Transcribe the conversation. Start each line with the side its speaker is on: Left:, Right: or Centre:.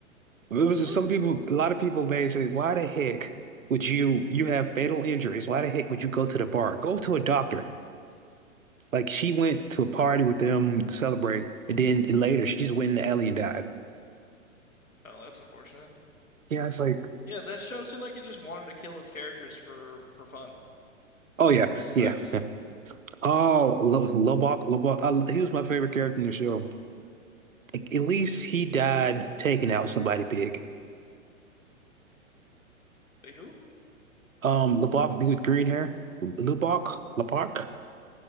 Right: It was
Left: Really?
Right: some people. A lot of people may say, "Why the heck would you? You have fatal injuries. Why the heck would you go to the bar? Go to a doctor." Like she went to a party with them to celebrate, and then later she just went in the alley and died.
Left: Oh, that's unfortunate.
Right: Yeah, it's like,
Left: Yeah, that show seemed like it just wanted to kill its characters for for fun,
Right: oh yeah,
Left: which
Right: yeah.
Left: sucks.
Right: Oh, Lo- Lobok, Lobok. I, he was my favorite character in the show. Like, at least he died taking out somebody big.
Left: Wait, who?
Right: Um, Lobok, dude with green hair. Lubok, Lobok.